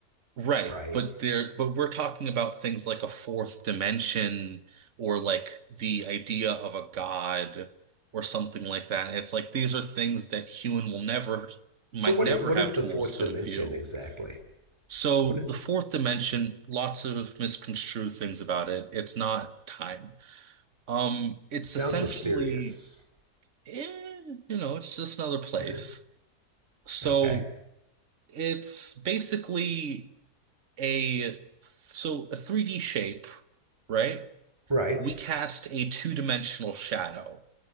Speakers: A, on the right; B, on the right.
A: Right,
B: right?
A: but there but we're talking about things like a fourth dimension or like the idea of a god or something like that. It's like these are things that human will never might
B: So what?
A: never
B: i- What
A: have
B: is
A: tools
B: the fourth
A: to
B: dimension
A: view.
B: exactly?
A: So
B: What is?
A: the fourth dimension, lots of misconstrued things about it. It's not time. Um, it's
B: Sounds
A: essentially,
B: mysterious.
A: eh, you know, it's just another place.
B: Yeah.
A: So
B: Okay.
A: it's basically a so a 3D shape, right?
B: Right.
A: We cast a two-dimensional shadow.